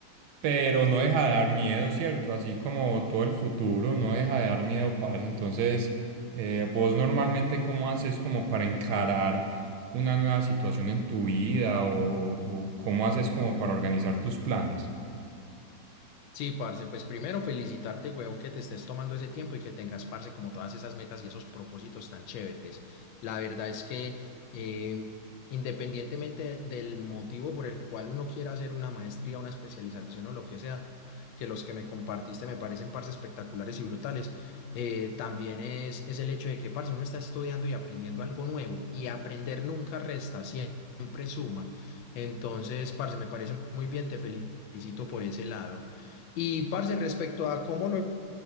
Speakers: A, on the right; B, on the left.
A: pero no deja de dar miedo, ¿cierto? Así como todo el futuro, no deja de dar miedo, parce. Entonces, eh, vos normalmente cómo haces como para encarar una nueva situación en tu vida o o- o cómo haces como para organizar tus planes?
B: Sí, parce, pues primero felicitarte, huevón, que te estés tomando ese tiempo y que tengas, parce, como todas esas metas y esos propósitos tan chéveres. La verdad es que eh, independientemente del motivo por el cual uno quiera hacer una maestría, una especialización o lo que sea, que los que me compartiste me parecen, parce, espectaculares y brutales, eh, también es, es el hecho de que, parce, uno está estudiando y aprendiendo algo nuevo y aprender nunca resta, siempre suma. Entonces, parce, me parece muy bien, te felicito por ese lado. Y, parce, respecto a cómo lo